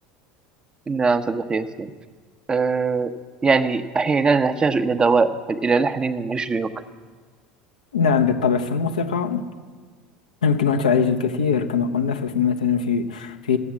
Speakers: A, on the right; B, on the left.
A: نعم صديقي ياسين أه يعني أحيانا نحتاج إلى دواء بل إلى لحن يشبهك
B: نعم بالطبع فالموسيقى يمكن أن تعالج الكثير كما قلنا ففي مثلا في في